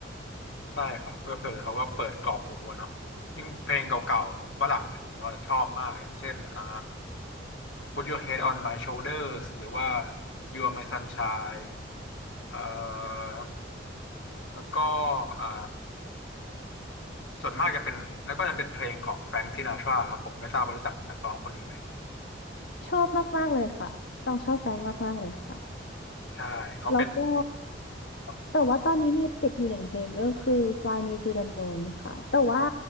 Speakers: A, on the left (about 80°); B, on the left (about 70°).
A: ใช่ครับก็คือเขาก็เปิดกรอกหูอะเนาะยิ่งเพลงเก่าๆของฝรั่งเนี่ยผมก็ชอบมากอย่างเช่นอ่า Put Your Head on My Shoulders หรือว่า You Are My Sunshine เอ่อแล้วก็เอ่อส่วนมากจะเป็นแล้วก็จะเป็นเพลงของแฟรง k ์ซินาทราครับผมไม่ทราบว่ารู้จักนักร้องคนนี้ไหม
B: ชอบมากๆเลยค่ะต้องชอบแฟรงค์มากๆเลยค่ะ
A: ใช่เขาเป็น
B: แล้วก็
A: ครับผม
B: แต่ว่าตอนนี้มีติดอยู่หนึ่งเพลงก็คือ Fly Me to the Moon ค่ะแต่ว่า